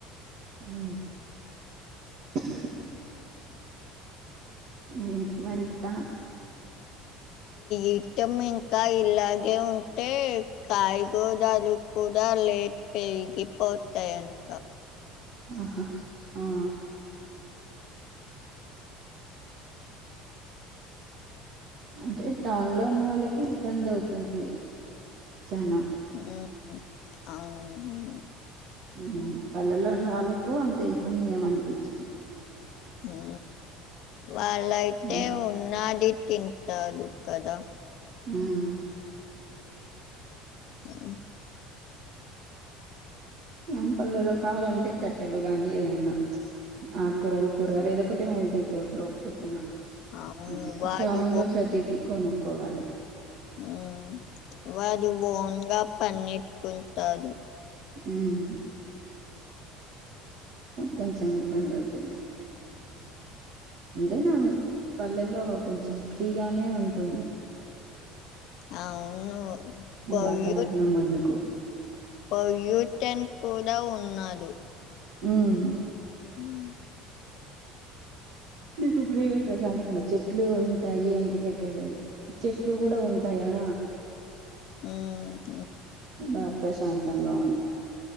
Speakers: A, on the right; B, on the left.
A: ఆహ్ ఉహ్ ఏంటి మరింకా?
B: ఏట్టం ఇంకా ఇలాగే ఉంటే కాయగుదలు కూడా లేట్ పేగిపోతయంత
A: ఆహా ఆ అంటే టౌన్లో ఉన్న వాళ్ళకి ఇబ్బంది అవుతుంది చనా.
B: ఉహ్ అవునవును
A: ఉహ్ పల్లల్లో ఉన్న వాళ్ళకు అంతిబ్బంది ఏమన్పించదు.
B: ఊ వాళ్ళైతే
A: ఉమ్
B: ఉన్నాది తింటాదు కదా.
A: ఉమ్
B: ఎలా
A: ఆ పల్లెలో కావాలంటే కట్టెలు గానీ ఏదెన్నా ప్చ్ ఆకు కూరలు, కూరగాలు ఏదోకటి ఉంటాయి తోటలో పుతున్నా
B: అవును
A: అట్లా
B: వాడు
A: టౌన్లో
B: ఓ-
A: ప్రతీది కొనుక్కోవాలి.
B: ఉమ్, వాడు ఓన్గా పన్నెట్కుంటాడు.
A: ఉహ్ కొంచెం ఇబ్బందవుతుంది అంతేనా. పల్లెల్లో కొంచెం ఫ్రీగానే ఉంటుంది.
B: అవ్నూ పోయి
A: వాతావరణం అందుకు
B: పోయి యూస్టెన్ కూడా ఉన్నాడు.
A: ఉమ్
B: ఉమ్
A: నీకు ఫ్రీగా ప్రశాంతంగా చెట్లు ఉంటాయి ఇంటి దగ్గరే చెట్లు గూడా ఉంటాయా
B: హ్మ్
A: బా ప్రశాంతంగా ఉం